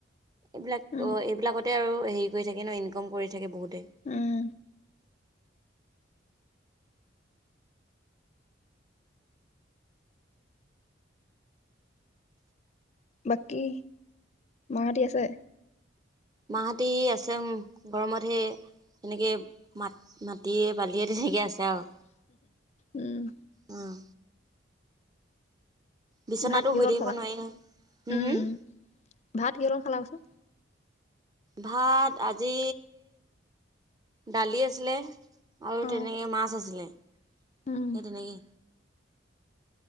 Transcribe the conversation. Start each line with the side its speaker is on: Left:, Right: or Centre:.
Right: এইবিলাক
Left: উম
Right: অ এইবিলাকত তে আৰু হেৰি কৰি থাকে ন ইনকম কৰি থাকে বহুতে
Left: উম <inaudible> বাকী মা হেতি আছে।
Right: মাহতি আছে উম গৰমতহে এনেকে। মাত মাটি বালিয়ে তেনেকে আছে। আৰু
Left: উম
Right: উম, বিচনাটো
Left: ভাত কিহৰ
Right: শুই
Left: লগত
Right: থাকিব
Left: খালা?
Right: নোৱাৰি নহয় হম
Left: উম
Right: হম
Left: ভাত কিহৰ লগত খালা কৈছো?
Right: ভাত আজি দালি আছিলে আৰু
Left: অ
Right: তেনেকে মাছ আছিলে। সেই
Left: উম
Right: তেনেকেই।